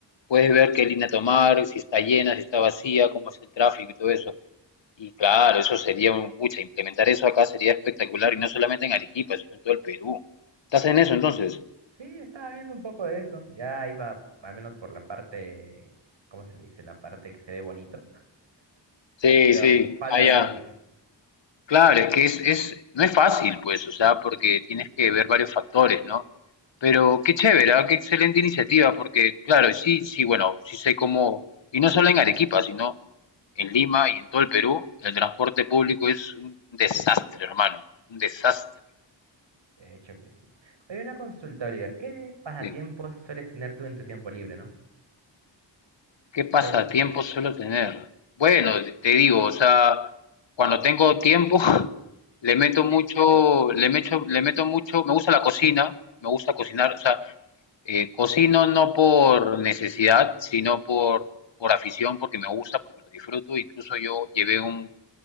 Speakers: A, on the left (about 75°); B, on the right (about 85°).
A: puedes ver qué línea tomar, si está llena, si está vacía, cómo es el tráfico y todo eso. Y claro, eso sería un pucha, implementar eso acá sería espectacular y no solamente en Arequipa, sino en todo el Perú. ¿Estás en eso entonces?
B: Sí, estaba viendo un poco de eso. Ya iba al menos por la parte, ¿cómo se le dice? La parte que se ve bonito,
A: Sí,
B: pero
A: sí,
B: falta
A: allá.
B: la lógica.
A: Claro, es que es, es, no es fácil, pues, o sea, porque tienes que ver varios factores, ¿no? Pero qué chévere, ¿ah? qué excelente iniciativa, porque claro, sí, sí, bueno, sí sé cómo, y no solo en Arequipa, sino en Lima y en todo el Perú, el transporte público es un desastre, hermano, un desastre.
B: De hecho que sí. Oye, una consulta, Oliver. ¿Qué pasatiempos
A: Sí.
B: sueles tener tú en tu tiempo libre, no?
A: ¿Qué pasatiempo
B: ¿Qué te gusta hacer?
A: suelo tener? Bueno, te digo, o sea, cuando tengo tiempo, <laughs> le meto mucho, le meto, le meto mucho, me gusta la cocina, me gusta cocinar, o sea, Eh, cocino no por necesidad, sino por, por afición, porque me gusta, porque lo disfruto. Incluso yo llevé un,